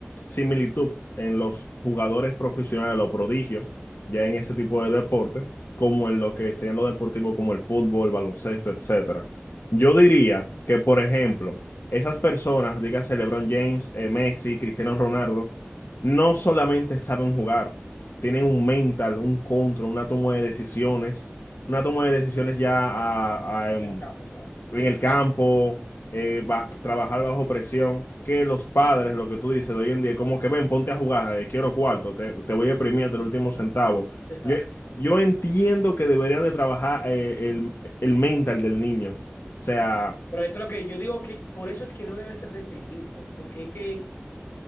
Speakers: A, on the left; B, on the left.
A: similitud en los jugadores profesionales, los prodigios, ya en ese tipo de deporte, como en lo que serían los deportivos como el fútbol, baloncesto, etcétera. Yo diría que, por ejemplo, esas personas, dígase LeBron James, eh, Messi, Cristiano Ronaldo, no solamente saben jugar, tienen un mental, un control, una toma de decisiones una toma de decisiones ya a, a, em,
B: En el campo, claro.
A: en el campo, eh, ba- trabajar bajo presión, que los padres, lo que tú dices de hoy en día, como que ven, ponte a jugar, eh, quiero cuarto, te, te voy a imprimir hasta el último centavo.
B: Exacto,
A: Yo,
B: exacto,
A: yo
B: exacto.
A: entiendo que deberían de trabajar eh, el, el mental del niño. O sea,
B: Por eso es lo que yo digo que por eso es que no debe ser desde niño, porque es que